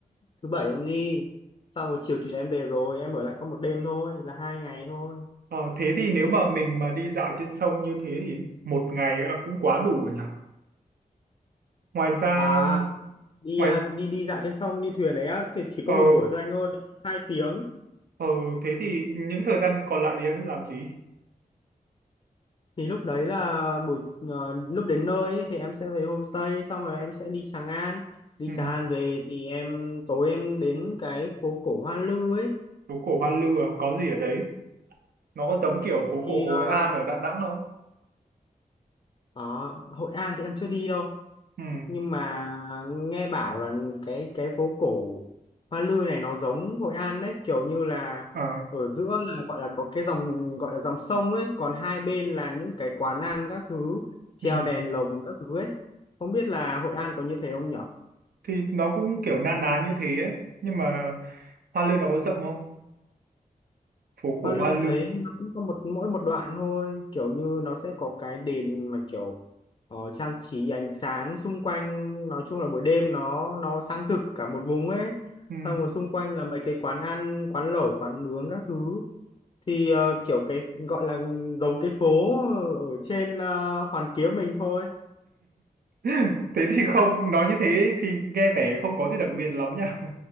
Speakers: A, on the left (about 35°); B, on the right (about 80°).
A: thứ bảy em đi, xong rồi chiều chủ nhật em về rồi, em ở lại có một đêm thôi, là hai ngày thôi.
B: Ờ, thế thì nếu mà mình mà đi dạo trên sông như thế thì một ngày ờ, cũng quá đủ rồi nhỉ? Ngoài ra
A: À, đi
B: ngoài
A: ờ, đi đi dạo trên sông đi thuyền đấy á, thì chỉ
B: ờ
A: có một buổi thôi anh ơi, hai tiếng.
B: ờ thế thì những thời gian còn lại thì em làm gì?
A: Thì lúc đấy là buổi ờ, lúc đến nơi ấy, thì em sẽ về homestay, xong rồi em sẽ đi Tràng An. Đi
B: Ừ,
A: Tràng An về thì em tối em đến cái phố cổ Hoa Lư ấy.
B: phố cổ Hoa Lư à? Có gì ở đấy? Nó có giống kiểu phố
A: Thì
B: cổ
A: ờ,
B: Hội An ở Đà Nẵng không?
A: ở Hội An thì em chưa đi đâu
B: Ừ.
A: nhưng mà nghe bảo là cái cái phố cổ Hoa Lư này nó giống Hội An đấy kiểu như là
B: ờ,
A: ở giữa là gọi là có cái dòng gọi là dòng sông ấy còn hai bên là những cái quán ăn các thứ treo
B: ừ.
A: đèn lồng các thứ ấy không biết là Hội An có như thế không nhỉ
B: Thì nó cũng kiểu na ná như thế ấy. Nhưng mà Hoa Lư nó có rộng không? Phố cổ
A: Hoa Lư
B: Hoa
A: em
B: Lư.
A: thấy nó cũng có một mỗi một đoạn thôi kiểu như nó sẽ có cái đèn mà kiểu ờ, trang trí ánh sáng xung quanh nói chung là buổi đêm nó nó sáng rực cả một vùng ấy
B: Ừ.
A: xong rồi xung quanh là mấy cái quán ăn quán lẩu quán nướng các thứ thì ờ, kiểu cái gọi là giống cái phố ở trên ờ, Hoàn Kiếm mình thôi
B: <laughs> thế thì không nói như thế thì nghe vẻ không có gì đặc biệt lắm nha